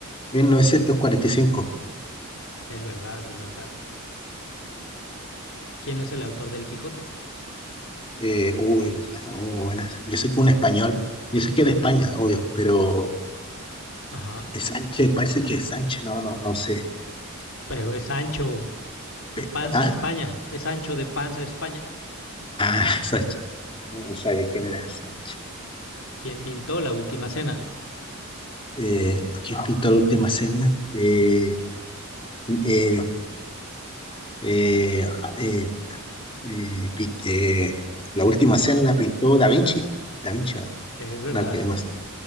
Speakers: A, on the left (about 25°); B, on the left (about 65°).
A: 1945.
B: Es verdad, es verdad. ¿Quién es el autor del Quijote?
A: Eh, uy, ¿verdad? oh, buena. Yo sé que un español. Yo sé que es de España, obvio, pero
B: Ajá.
A: es Sánchez, parece que es Sánchez. No, no, no sé.
B: Pero es Sancho
A: Pe-
B: de Panza,
A: ¿Ah?
B: España. Es Sancho de Panza, España.
A: Ah, <laughs> Sánchez. No, no sabía quién era Sánchez.
B: ¿Quién pintó la Última Cena?
A: Eh, ¿quién pintó la última cena? Eh, eh, eh, eh, Eh, pi- eh, la última cena la pintó Da Vinci. Da Vinci, ¿no?
B: Es verdad.
A: No, que no sé.